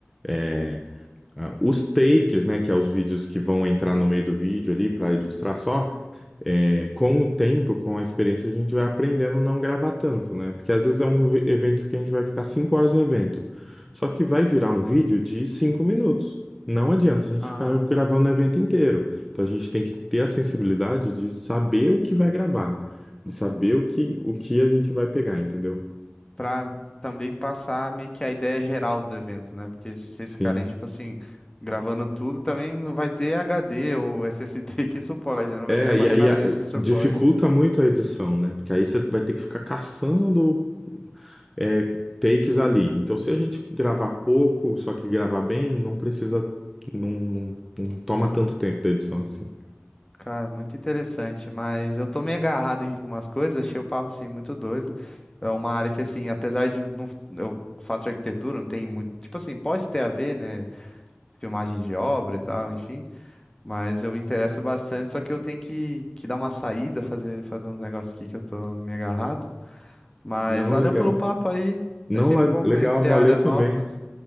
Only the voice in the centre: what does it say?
É, ah, os takes, né? Que é os vídeos que vão entrar no meio do vídeo ali para ilustrar só, É, com o tempo, com a experiência, a gente vai aprendendo a não gravar tanto, né? Porque às vezes é um ve- evento que a gente vai ficar cinco horas no evento. Só que vai virar um vídeo de cinco minutos. Não adianta a gente
ficar gravando o evento inteiro. Então a gente tem que ter a sensibilidade de saber o que vai gravar, de saber o que, o que a gente vai pegar, entendeu?
Sim.
É,
e aí a-
dificulta muito a edição, né? Porque aí você vai ter que ficar caçando é, takes ali. Então, se a gente gravar pouco, só que gravar bem, não precisa, não, não, não toma tanto tempo da edição assim.
Não,
legal.
Não,
la-
legal,
valeu
também.